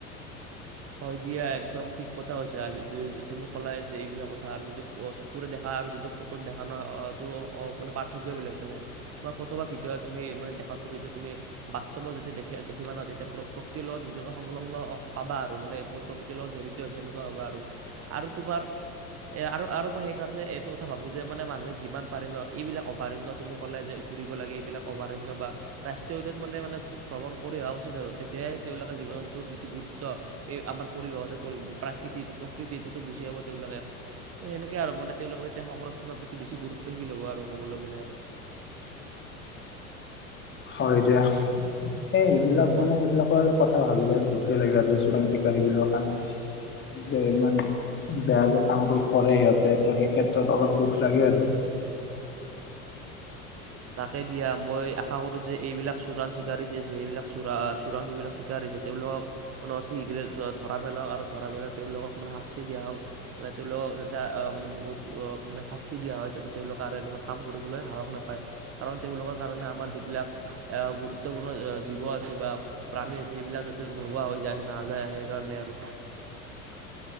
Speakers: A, on the right; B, on the left.
A: হয় দিয়া একদম ঠিক কথা হৈছে তুমি ক'লাই যে এইবিলাক কথা আৰু যিটো চকুৰে দেখা আৰু যিটো ফটোত দেখা ন সেইটো পাৰ্থক্যই বেলেগ ফটো বা ভিডিঅ' তুমি মানে দেখাক যেতিয়া তুমি বাস্তৱ যেতিয়া দেখিবা নহয় তেতিয়া প্ৰকৃতিৰ লগত নিজকে সংলগ্ন পাবা ম মই প্ৰকৃতিৰ লগত জড়িত হৈ যেনেকুৱা হাবা আৰু তোমাৰ এ আৰু মই সেইকাৰণে এইটো কথা ভাবো যে মানে মানুহে যিমান পাৰে ন এইবিলাক অভয়াৰণয় তুমি কলে যে ঘূৰিব লাগে এইবিলাক অভয়াৰণয় বা ৰাষ্ট্ৰীয় উদ্য়ান মানে মানে ভ্ৰমণ কৰি অহা উচিত আৰু তেতিয়াই তেওঁলোকে জীৱনটোৰ যিটো গুৰুত্ব এই আমাৰ পৰিৱেশতে পৰি প্ৰাকৃতি প্ৰকৃতিত সেইটো বুজিব তেওঁওলোকে ত সেনেকে আৰু মানে তেওঁলোকৰ এতিয়া সংৰক্ষনৰৰ প্ৰতি বেছি গুৰুত্বশীল হ'ব আৰু কবলৈ গলে আৰু
B: হয় দিয়া এই সেইবিলাক মানে সেইবিলাকৰ কথা ভাবিলে আৰু দুখেই লাগে আৰু এই চোৰাং চিকাৰী বিলাকৰ কাৰণে যে ইমান বেয়া যে কামবোৰ কৰে সিহঁতে ত সেই ক্ষেত্ৰত অলপ দুখ লাগে আৰু
A: তাকে দিয়া মই আশা কৰো যে এইবিলাক চোৰাং চিকাৰি যছে এইবিলাক চোৰা চোৰাং যিবিলাক চিকাৰিছে তেওঁলোকক মানে অতি শীঘ্ৰে ধৰা পেলক আৰু ধৰা পেলাই তেওঁলোকক মানে শাস্তি দিয়া হওক মানে তেওঁলোকক যাতে মানে বহুত শাস্তি দিয়া হয় যাতে তেওঁলোকক আৰু এনেকুৱা কাম কৰিবলৈ সাহস নাপায়। কাৰণ তেওঁলোকৰ কাৰণে আমাৰ যিবিলাক আহ গুৰুত্বপূৰ্ণ জীৱ আছে বা প্ৰাণী আছে সেইবিলাক যাতে নোহোৱা হৈ যায় নাযায় সেই কাৰণে আৰু